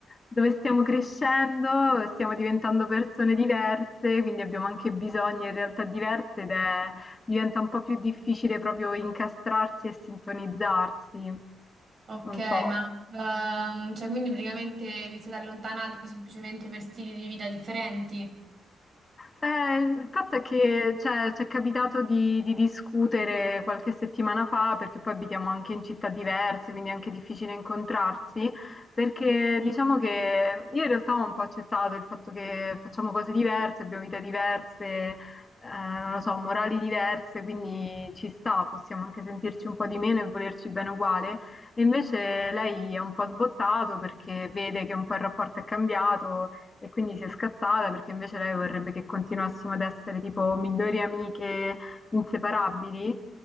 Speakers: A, on the left (about 25°); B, on the right (about 35°).
A: dove stiamo crescendo, stiamo diventando persone diverse, quindi abbiamo anche bisogni e realtà diverse ed è- diventa un po' più difficile proprio incastrarsi e sintonizzarsi.
B: Ok,
A: Non
B: ma
A: so.
B: ehm, cioè quindi praticamente vi siete allontanati semplicemente per stili di vita differenti?
A: Eh, il fatto è che cioè, ci è capitato di, di discutere qualche settimana fa, perché poi abitiamo anche in città diverse, quindi è anche difficile incontrarsi, perché
B: Mhm.
A: diciamo che io in realtà ho un po' accettato il fatto che facciamo cose diverse, abbiamo vite diverse, eh, non lo so, morali diverse, quindi ci sta, possiamo anche sentirci un po' di meno e volerci bene uguale. E invece lei è un po' sbottato perché vede che un po' il rapporto è cambiato, e quindi si è scazzata perché invece lei vorrebbe che continuassimo ad essere tipo migliori amiche inseparabili.